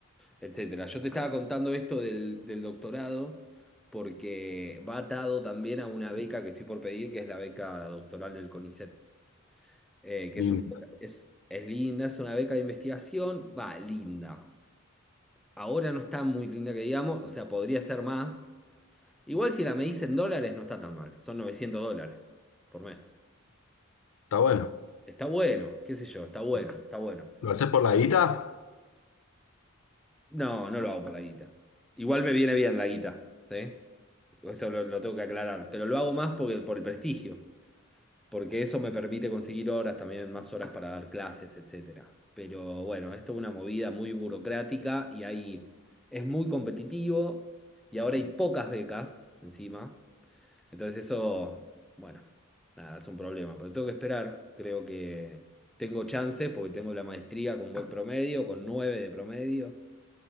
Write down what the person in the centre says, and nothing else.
etcétera. Yo te estaba contando esto del, del doctorado porque va atado también a una beca que estoy por pedir, que es la beca doctoral del CONICET. eh, que
es, una beca- es, es linda, es una beca de investigación, va, linda. Ahora no está muy linda que digamos, o sea, podría ser más. Igual si la medís en dólares no está tan mal, son 900 dólares por mes.
Está bueno, qué sé yo, está bueno, está bueno.
No, no lo hago por la guita. Igual me viene bien la guita, ¿sí? Eso lo, lo tengo que aclarar, pero lo hago más porque, por el prestigio. porque eso me permite conseguir horas, también más horas para dar clases, etcétera. Pero bueno, esto es una movida muy burocrática y ahí es muy competitivo y ahora hay pocas becas encima. Entonces eso, bueno, nada, es un problema, pero tengo que esperar. Creo que tengo chances porque tengo la maestría con buen promedio, con 9 de promedio